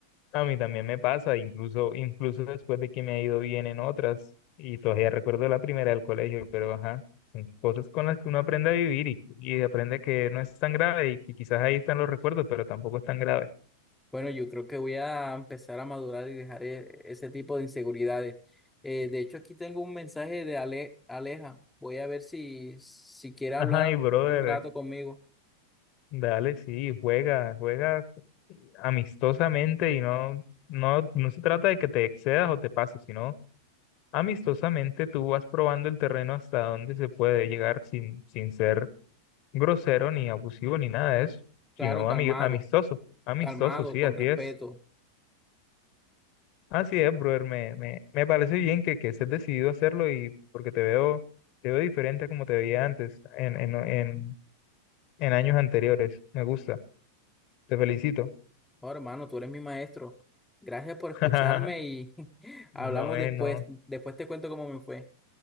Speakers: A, on the left; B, in the centre.
A: A mí también me pasa, incluso, incluso después de que me ha ido bien en otras, y todavía recuerdo la primera del colegio, pero ajá, son cosas con las que uno aprende a vivir y, y aprende que no es tan grave y que quizás ahí están los recuerdos, pero tampoco es tan grave.
B: Bueno, yo creo que voy a empezar a madurar y dejar e- ese tipo de inseguridades. Eh, de hecho, aquí tengo un mensaje de Ale- Aleja. Voy a ver si, si quiere hablar
A: Ajá, y brother,
B: un rato conmigo.
A: dale, sí, juega, juega amistosamente y no, no, no se trata de que te excedas o te pases, sino Amistosamente tú vas probando el terreno hasta donde se puede llegar sin, sin ser grosero ni abusivo ni nada de eso, sino
B: Claro, calmado,
A: ami- amistoso, amistoso,
B: calmado,
A: sí,
B: con
A: así
B: respeto.
A: es. Así es, brother, me, me, me parece bien que, que estés decidido a hacerlo y porque te veo, te veo diferente a como te veía antes, en, en, en, en años anteriores. Me gusta, te felicito.
B: Oh, hermano, tú eres mi maestro. Gracias por escucharme
A: <laughs>
B: y <laughs> hablamos
A: No, eh,
B: después.
A: no.
B: Después te cuento cómo me fue.